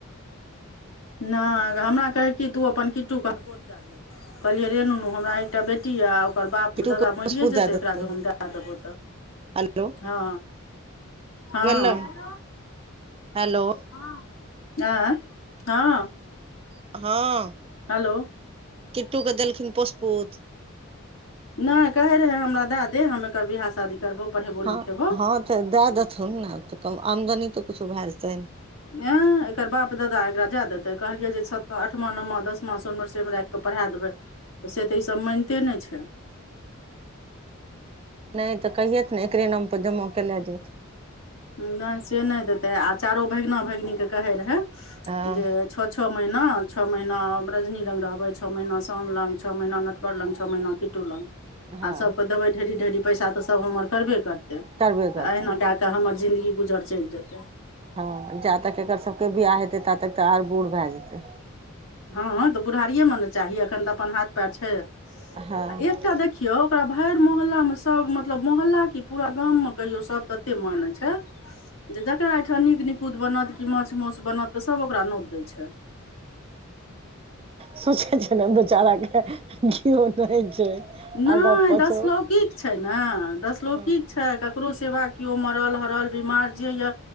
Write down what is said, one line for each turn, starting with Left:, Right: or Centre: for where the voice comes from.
Left: नय हमरा कहै कि तऽ ओ अपन किट्टूके गोद द दे कहलियै रे नुनु हमरा एकटा बेटी याऽ आ ओकर बाप
Right: टुटू
Left: दादा
Right: के
Left: मरियए
Right: पोसपू
Left: जेतै
Right: दए देतौ
Left: एकरा जे हम दए देबौ तऽ
Right: हेलो
Left: हँ हँ
Right: गेलै हेलो
Left: हँ एऽ हँ
Right: हँ
Left: हेलो
Right: किट्टूके देलखिन पोसपूत
Left: नइ कहै रहै हमरा दए दे हम एकर बियाह शादी करबौ पढ़ेबो
Right: हँ
Left: लिखेबो
Right: हँ तऽ दए देथुन नऽ तऽ आमदनी तऽ कुछो भए जेतैन
Left: ए एकर बाप दादा एकरा जाय देते कहलियै जे छ आठमा नवमा दसमा सोनमवरसे में राइख के पढ़ा देबै तऽ से तऽ ई सब मानिते नय छै
Right: नहि तऽ कहियेथ ने एकरे नाम पर जमा केलाय जाइत
Left: नहि से नहि देतै आ चारो भगिना भगिनीके कहे रहै
Right: हँ
Left: जे छः छः महिना छः महिना रजनी लंग रहबै छः महिना शाम लग छः महिना नटवर लग छः महीना किटुलंग
Right: हँ
Left: आ सबके देबै ढेरी ढेरी पैसा तऽ सभ हमर करबे करतै तऽ
Right: करबे करतै
Left: अहिना कए कऽ हमर जिन्दगी गुजर चैल जेतै
Right: हँ जा तक एकर सबके बियाह हेतै ता तक तऽ आओर बूढ़ भए जेतै
Left: हँ हँ तऽ बुढ़ारिए मऽ नऽ चाही अखन तऽ अपन हाथ पैर छै
Right: हँ
Left: आ एकटा देखियौ ओकरा भैर मोहल्ला में सब मतलब मोहल्ला की पूरा गाम में कहियो सब तत्ते माने छै जे जकरा एहिठाम नीक निकुत बनत कि माछ माौस बनत तऽ सब ओकरा नौत दै छै
Right: सोचै छै ने बेचारा कऽ कियो नहि छै
Left: नहि
Right: आगाँ पाछो
Left: दस लौकिक छै नहि दस लोकिक
Right: अ
Left: छै ककरो सेवा कियो मरल हरल बिमार जे यए